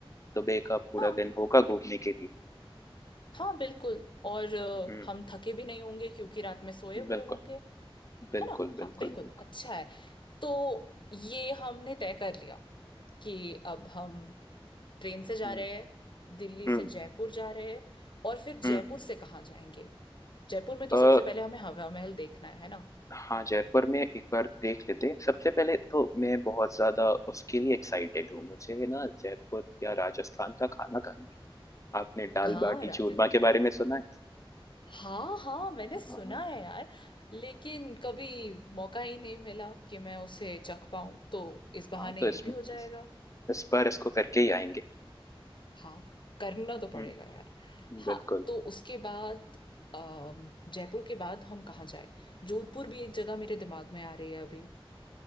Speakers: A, on the left; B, on the left.
A: सुबह का पूरा
B: हाँ
A: दिन होगा घूमने के लिए
B: हाँ बिल्कुल और अ,
A: हम्म
B: हम थके भी नहीं होंगे क्योंकि रात में सोए हुए
A: बिल्कुल
B: होंगे
A: बिल्कुल
B: है ना हाँ
A: बिल्कुल
B: बिल्कुल
A: बिल्कुल
B: अच्छा है तो ये हमने तय कर लिया कि अब हम ट्रेन से जा
A: हम्म
B: रहे हैं दिल्ली
A: हम्म
B: से जयपुर जा रहे हैं और फिर जयपुर
A: हम्म
B: से कहाँ जाएंगे जयपुर में तो
A: अ,
B: सबसे पहले हमें हवा महल देखना है है ना
A: हाँ जयपुर में एक बार देख लेते हैं सबसे पहले तो मैं बहुत ज्यादा उसके लिए एक्साइटेड हूँ मुझे ना जयपुर या राजस्थान का खाना खाना आपने दाल
B: हाँ
A: बाटी
B: राजे
A: चूरमा के बारे में सुना है
B: हाँ हाँ मैंने सुना
A: हाँ
B: है यार लेकिन कभी मौका ही नहीं मिला कि मैं उसे चख पाऊं तो इस बहाने
A: हाँ तो इस
B: ये भी हो जाएगा
A: इस बार इसको करके ही आएंगे
B: हाँ करना तो पड़ेगा
A: हुँ,
B: यार हाँ
A: बिल्कुल।
B: तो उसके बाद अम, जयपुर के बाद हम कहाँ जाए जोधपुर भी एक जगह मेरे दिमाग में आ रही है अभी